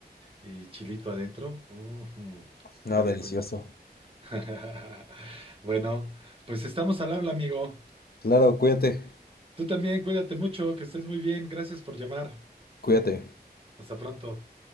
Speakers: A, on the right; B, on the left.
A: y chilito adentro. Ujú,
B: No,
A: ¿Para qué te
B: delicioso.
A: cuento? <laughs> Bueno, pues estamos al habla, amigo.
B: Claro, cuídate,
A: Tú también, cuídate mucho, que estés muy bien. Gracias por llamar.
B: cuídate.
A: Hasta pronto.